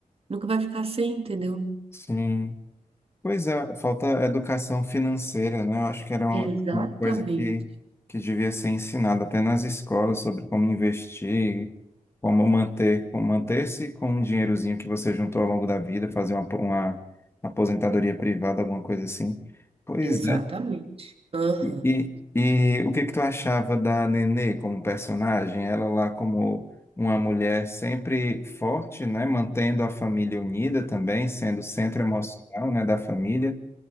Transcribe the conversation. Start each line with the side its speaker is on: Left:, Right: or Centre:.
Right: nunca vai ficar sem, entendeu?
Left: sim. Pois é, falta educação financeira, né? Eu acho que era uma
Right: Exatamente,
Left: uma coisa que, que devia ser ensinada até nas escolas sobre como investir, como manter, como manter-se com um dinheirozinho que você juntou ao longo da vida, fazer uma, uma aposentadoria privada, alguma coisa assim. Pois
Right: exatamente.
Left: é.
Right: Aham.
Left: E, e, o que que tu achava da Nenê como personagem? Ela lá como uma mulher sempre forte, né? Mantendo a família unida também, sendo o centro emocional, né, da família